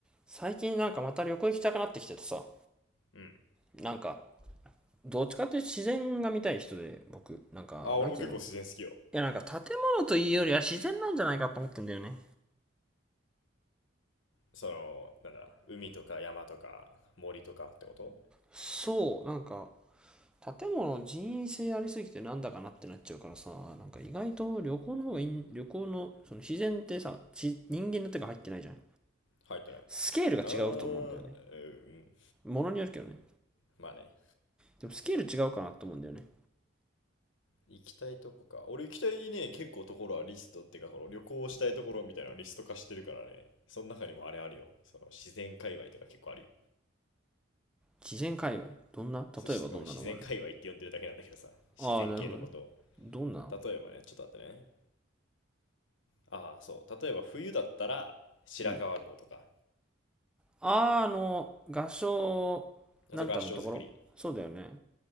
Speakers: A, in the centre; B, on the left.
A: 最近なんかまた旅行行きたくなってきててさ、
B: うん。
A: なんか、どっちかっていうと自然が見たい人で、僕、なんか、
B: あ、俺も結構自然好きよ。
A: なんつうの。いや、なんか建物というよりは自然なんじゃないかと思ってんだよね。
B: その、なんだ、海とか山とか森とかってこと
A: そう、なんか、建物人為性ありすぎてなんだかなってなっちゃうからさ、なんか意外と旅行の方がいい、旅行の、その自然ってさ、ち人間の手が入ってないじゃん。
B: 入ってない。
A: スケールが違うと思うんだよね。
B: あー、うん。
A: ものによるけどね。
B: まあね。
A: でもスケール違うかなと思うんだよね。
B: 行きたいとこか。俺行きたいね、結構ところはリストっていうか、その旅行したいところみたいなのリスト化してるからね。その中にもあれあるよ。その自然界隈とか結構あるよ。
A: 自然界隈。どんな例えばどんなのがある
B: そうしごめん、自然界隈って呼んでるだけなんだけどさ。自然系のことを。
A: ああ、なるほどね。どんな
B: 例えばね、ちょっと待ってね。ああ、そう。例えば冬だったら白川郷とか。
A: うん。あー、あの、合唱、
B: あと合掌造り。
A: なんたのところそうだよね。